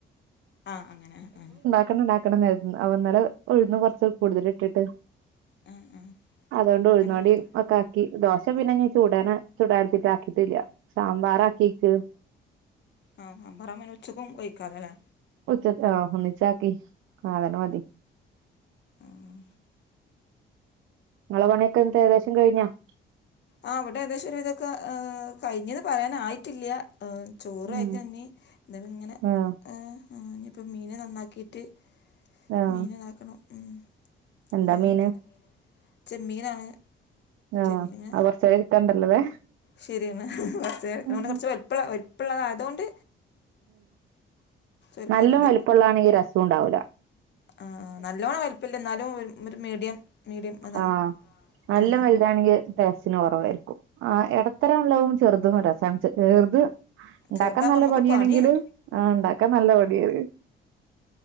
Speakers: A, on the left; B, on the right.
A: ആ അങ്ങനെ അ.
B: ക്കണം ണ്ടാക്കണന്നെരുതും അവൊന്നലെ ഉഴുന്നു കൊറച് കൂടുതലിട്ടിട്ട്
A: ആ ആ ആ
B: അതുകൊണ്ട് ഉഴുന്നുവടീം
A: ആ
B: ഒക്കെ ആക്കി ദോശ പിന്നെഞ്ഞി ചുടണം ചുടാര്തീട്ട് ആക്കിട്ടില്ല്യ. സാമ്പാറാക്കീക്ക്
A: ആ അമ്പറാമൊ ന്നെ ഉച്ചക്കും ഒ ഴിക്കാലോല്ലേ?
B: ഉച്ചക്ക് ആ ഒന്നിച്ചാക്കി ആ അതെന്നെ മതി.
A: ആഹ
B: നിങ്ങളെ പണിയൊക്കങ് കഴിഞ്ഞോ ഏകദേശം
A: ആ അവിടെ ഏകദേശം ഒരു വിതൊക്കെ കഴിഞ്ഞുന്നു പറയാനായിട്ടില്ല. ചോറയിക്കഞ്ഞി-ങ്ങനെ
B: ഉം ആഹ്
A: ആ ഇനിപ്പം മീന് നന്നാക്കിട്ട്
B: ആഹ്
A: മീനന്നാക്കണം മ്
B: എന്താ
A: അങ്ങനൊക്കെ
B: മീന്
A: ചെമ്മീനാണ്
B: ആഹ്
A: ചെമ്മീൻങ്ങനെ
B: അത് കൊറച്ചേരം ഇരിക്കാണ്ടല്ലോല്ലേ
A: ശരിയാണ്ന്ന വറു ത്ത് അരക്ക്നണോണ്ട്
B: ഉം
A: കുറച്ച് വൽ- അതോണ്ട് വലിപ്പമുണ്ട്
B: നല്ലും
A: നല്ല
B: വലുപ്പള്ളാണെങ്കിരസോംണ്ടാവൂല
A: ആ നല്ലോണം വല്പ്ല്ല ന്നാലും ഒരു മീഡിയം മീഡിയം അതാണ്
B: ആഹ നല്ല
A: ആഹ്
B: വലുതാണെങ്കിൽ ടേസ്റ്റിന് കുറവായിരിക്കും ആ ഇടത്തരം ഉള്ളതും ചെറുതും രസാണ് ചെറുത് ഇണ്ടാക്കാൻ
A: ചെറുതാകുമ്പോൾ
B: നല്ല
A: നമുക്ക്
B: പണിയാണെങ്കിലും
A: പണിയാണ്
B: ആ ഉണ്ടാക്കാൻ നല്ല മടിയാണ്.